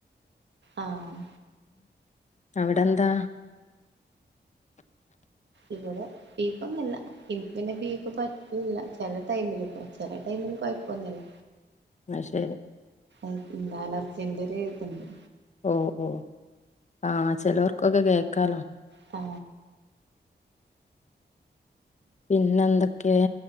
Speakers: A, on the right; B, on the left.
A: ആഹ്
B: അവിടെന്താ
A: ഇവിടെ ബീഫ്ഒന്നുല്ല <unintelligible> പിന്നെ ബീഫ് പറ്റൂല്ല ചെല് ടൈംലിക ചെല ടൈമില് കൊഴപ്പൊന്നില്ല
B: അത് ശരി
A: <inaudible> അലർജിന്റെ ഒരു ഇതെണ്ട്
B: ഓ ഓ ആ ചിലവർക് കൊത് കേക്കാലോ
A: ആ
B: പിന്നെ എന്തൊക്കെ